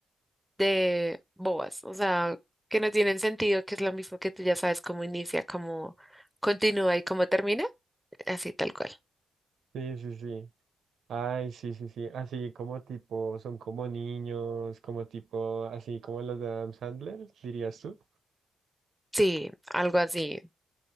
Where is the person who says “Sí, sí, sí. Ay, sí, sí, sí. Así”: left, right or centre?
Right